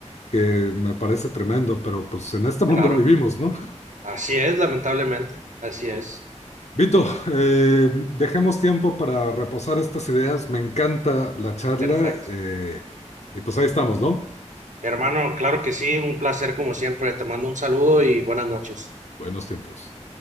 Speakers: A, on the left; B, on the right.
A: que me parece tremendo, pero pues en este mundo
B: claro.
A: <laughs> vivimos, ¿no?
B: Así es, lamentablemente. Así es.
A: Vito, eh, dejemos tiempo para reposar estas ideas. Me encanta la charla
B: Perfecto.
A: eh, y pues ahí estamos, ¿no?
B: Hermano, claro que sí, un placer como siempre. Te mando un saludo y buenas noches.
A: Buenos tiempos.